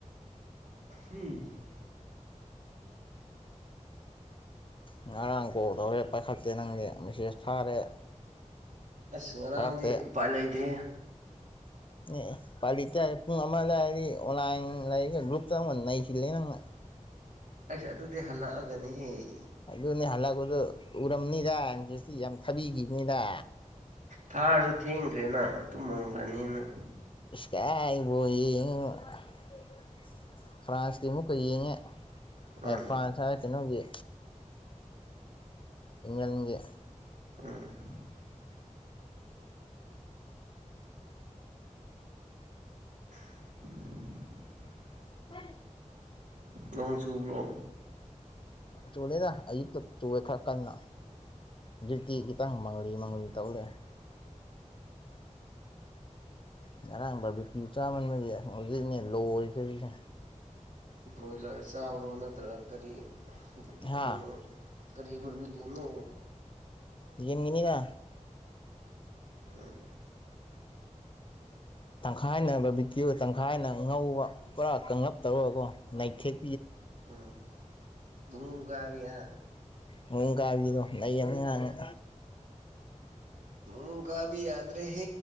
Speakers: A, on the right; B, on the left.
A: ꯍꯝ
B: ꯉꯔꯥꯡ ꯀꯣꯜ ꯇꯧꯔꯦ ꯄꯥꯏꯈꯠꯇꯦ ꯅꯪꯗꯤ ꯃꯦꯁꯦꯖ ꯊꯥꯔꯦ
A: ꯑꯁ ꯉꯔꯥꯡꯗꯤ
B: ꯊꯥꯔꯛꯇꯦ
A: ꯎꯄꯥꯏ ꯂꯩꯇꯦ
B: ꯑꯦ ꯄꯥꯜꯂꯤ ꯇ ꯄꯨꯡ ꯑꯃ ꯂꯩꯔꯗꯤ ꯑꯣꯟꯂꯥꯏꯟ ꯂꯩꯔꯤꯒ ꯒ꯭ꯔꯨꯞꯇ ꯅꯩꯁꯤꯜꯂꯦ ꯅꯪꯅ
A: ꯑꯁꯥ ꯑꯗꯨꯗꯤ ꯍꯜꯂꯛꯑꯒꯅꯤꯍꯌꯦ
B: ꯑꯗꯨ ꯑꯗꯨ ꯅ ꯍꯂꯒꯗ ꯎꯔꯝ ꯅ ꯌꯥꯁꯤ ꯌꯥꯝ ꯊꯥꯕꯤꯈꯤꯕꯅꯤꯗ
A: ꯊꯥꯔꯁꯨ ꯊꯦꯡꯈ꯭ꯔꯦꯅ ꯑꯗꯨꯨꯝ ꯔꯅꯤꯅ
B: ꯌꯥꯏꯕꯨꯏ ꯐ꯭ꯔꯥꯟꯁꯀꯤꯃꯨ ꯑꯩꯣꯏ ꯌꯦꯡꯉꯦ ꯑꯦꯐꯚꯥꯟꯁ
A: ꯎꯝ
B: ꯍꯥꯏ ꯀꯩꯅꯣꯒꯤ ꯏꯃꯒꯤꯦ
A: ꯎꯝ <unintelligible>
B: ꯃ
A: ꯅꯣꯡ ꯆꯨꯞꯕ꯭ꯔꯣ
B: ꯆꯨꯗꯦꯅ ꯑꯌꯨꯛꯇ ꯆꯨꯔꯦ ꯈꯔ ꯀꯟꯅ ꯔꯤꯇ ꯒꯤꯈꯤꯇꯥꯡ ꯃꯥꯡꯒꯂꯤ ꯃꯥꯡꯒꯂꯤ ꯇꯧꯔꯛꯑꯦ ꯉꯔꯥꯡ ꯕꯕꯤꯄꯤꯤ ꯆꯥꯝꯃꯟ ꯃꯔꯤ ꯍꯧꯖꯤꯛꯅꯦ ꯂꯣꯏꯔꯤꯁꯤꯔꯤꯁꯦ
A: ꯕ꯭ꯔꯣꯣꯏꯂꯔ ꯆꯕꯔꯣ ꯅꯠꯇ꯭ꯔ ꯀꯔꯤ ꯕꯤ
B: ꯍꯥ
A: ꯀꯅ ꯀꯔꯤꯕ ꯀꯅ
B: ꯌꯦꯟ ꯉꯅꯤꯅ
A: ꯎꯝ
B: ꯇꯪꯈꯥꯏꯅ ꯕꯕꯤꯀꯤꯤꯌ ꯇꯪꯈꯥꯏꯅ ꯉꯧꯕ ꯄꯨꯔꯥ ꯀꯉꯞ ꯇꯧꯔꯒꯣ ꯅꯩꯊꯦꯛ
A: ꯎꯝ ꯨꯡꯒ ꯑ
B: ꯃꯑꯣꯣꯡ ꯀꯥꯕꯤꯗꯣ ꯂꯩ ꯑꯃ ꯉꯥꯡꯉ
A: ꯃꯨꯒꯕꯤ ꯌꯥꯗ ꯔꯦ